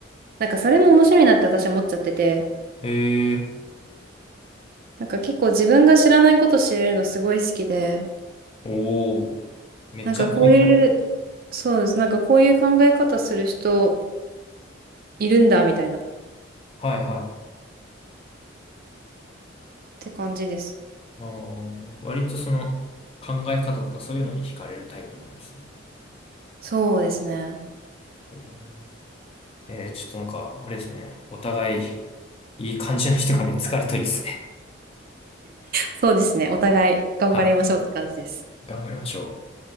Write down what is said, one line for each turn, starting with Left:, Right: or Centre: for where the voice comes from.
Right: なんかそれも面白いなって私は思っちゃってて、
Left: へえ、
Right: なんか結構自分が知らないこと知れるのすごい好きで、
Left: おお、めっちゃ勉強。
Right: なんかこういう、そうです。なんかこういう考え方する人いるんだ、みたいな。っ
Left: はいはい。
Right: て感じです。
Left: あー割とその考え方とかそういうのに惹かれるタイプなんですね。
Right: そうですね。
Left: えー、えーちょっとなんか、あれですね。お互いいい感じの人が見つかるといいですね。
Right: そうですね。お互い頑張りましょうって感じです。
Left: はい。頑張りましょう。